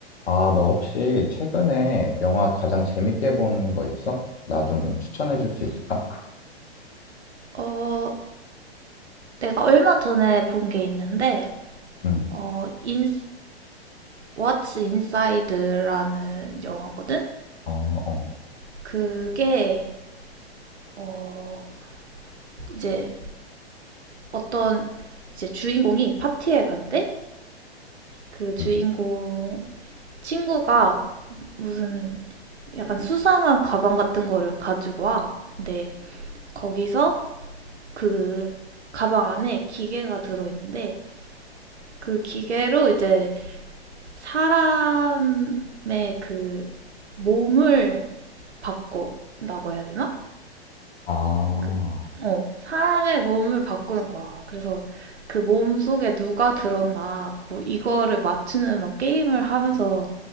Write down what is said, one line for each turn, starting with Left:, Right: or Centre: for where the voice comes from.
Left: 아, 너 혹시 최근에 영화 가장 재밌게 본 거 있어? 나 좀 추천해 줄 수 있을까?
Right: 어, 내가 얼마 전에 본 게 있는데,
Left: 응,
Right: 어, 인, What's Inside라는 영화거든?
Left: 어, 어,
Right: 그게, 어, 이제 어떤 이제 주인공이 파티에 간대? 그 주인공
Left: 응.
Right: 친구가 무슨 약간 수상한 가방 같은 거를 가지고 와. 근데 거기서 그 가방 안에 기계가 들어있는데, 그 기계로 이제 사람의 그 몸을 바꾼다고 해야 되나?
Left: 아,
Right: 그, 어, 사람의 몸을 바꾸는 거야. 그래서 그 몸 속에 누가 들었나, 뭐 이거를 맞추는 막 게임을 하면서